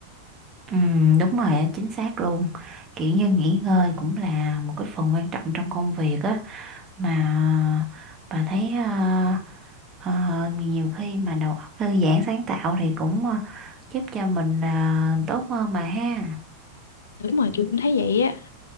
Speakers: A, on the right; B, on the left.
A: ừ, đúng rồi, á, chính xác luôn. Kiểu như nghỉ ngơi cũng là một cái phần quan trọng trong công việc á mà bà thấy ờ, ờ, nhiều khi mà đầu óc thư giãn sáng tạo thì cũng ờ, giúp cho mình ờ, tốt hơn mà ha.
B: đúng rồi tôi cũng thấy vậy á